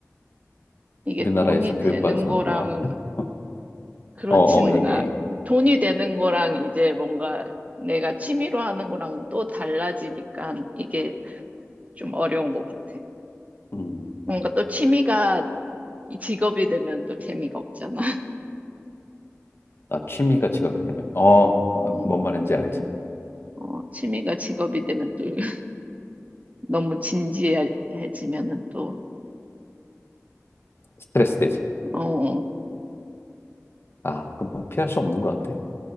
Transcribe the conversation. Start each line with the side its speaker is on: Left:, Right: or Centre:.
Right: 이게
Left: 우리나라에서
Right: 돈이
Left: 교육받아서
Right: 되는 거랑
Left: 그런가? <laughs>
Right: 그렇지는
Left: 어, 어, 얘기해.
Right: 않아. 돈이 되는 거랑 이제 뭔가 내가 취미로 하는 거랑은 또 달라지니까 이게 좀 어려운 것 같아.
Left: 음,
Right: 뭔가 또 취미가 이 직업이 되면 또 재미가 없잖아. <laughs>
Left: 나 취미가 직업이 되면 어, 어,
Right: 음,
Left: 뭔 말인지 알지.
Right: 어, 취미가 직업이 되면 또 <laughs> 너무 진지해지면은 또,
Left: 스트레스 되지.
Right: 어,
Left: 아, 그건 뭐 피할 수 없는 것 같아.